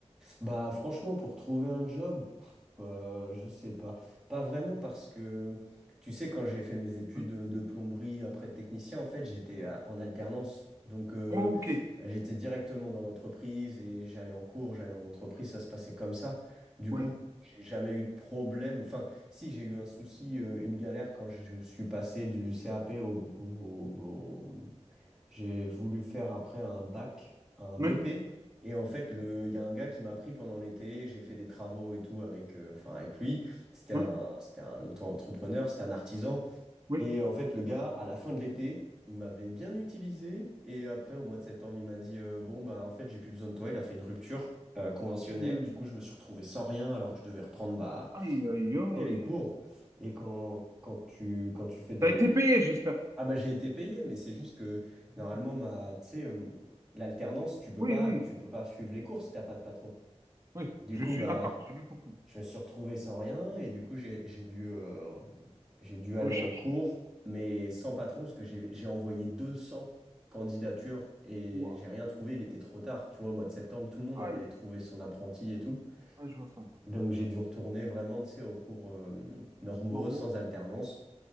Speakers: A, in the centre; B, on the right.
A: Bah franchement, pour trouver un job, pff, euh, je sais pas. Pas vraiment parce que, tu sais, quand j'ai fait mes études
B: Hein,
A: de, de plomberie après de technicien, en fait, j'étais
B: hein.
A: à- en alternance. Donc, euh,
B: Ok,
A: j'étais directement dans l'entreprise et j'allais en cours, j'allais en entreprise, ça se passait comme ça. Du
B: oui,
A: coup, j'ai jamais eu de problème. Enfin, si j'ai eu un souci, euh, une galère quand je suis passé du CAP au, au, j'ai voulu faire après un bac, un
B: oui,
A: BP. Et en fait, le, il y a un gars qui m'a appris pendant l'été, j'ai fait des travaux et tout avec, euh, enfin avec lui. C'était
B: oui,
A: un, c'était un auto-entrepreneur, c'était un artisan.
B: oui. Oui.
A: Et en fait, le gars, à la fin de l'été, il m'avait bien utilisé. Et après, au mois de septembre, il m'a dit, euh, bon, bah en fait, j'ai plus besoin de toi. Il a fait une rupture euh, conventionnelle.
B: Ouh.
A: Du coup, je me suis retrouvé sans rien alors que je devais reprendre bah,
B: Aïe, aïe, aïe.
A: dès les cours. Et quand, quand tu, quand tu fais des
B: T'as été payé, j'espère.
A: ah bah j'ai été payé, mais c'est juste que
B: Mmh.
A: normalement ma, tu sais, euh, l'alternance, tu peux
B: Oui,
A: pas,
B: oui,
A: tu peux pas suivre les cours si t'as pas de patron.
B: oui,
A: Du
B: je
A: coup
B: suis
A: bah
B: d'accord, j'ai bien compris.
A: je me suis retrouvé sans rien et du coup j'ai j'ai dû euh, j'ai dû aller
B: Recherche.
A: en cours, mais sans patron parce que j'ai j'ai envoyé 200 candidatures et
B: Ouah.
A: j'ai rien trouvé. Il était trop tard, tu vois. Au mois de septembre, tout le monde avait
B: Aïe,
A: trouvé son apprenti et tout,
B: Ah, je vois ça.
A: donc j'ai dû retourner vraiment, tu sais, aux cours euh, normaux
B: Normal.
A: sans alternance.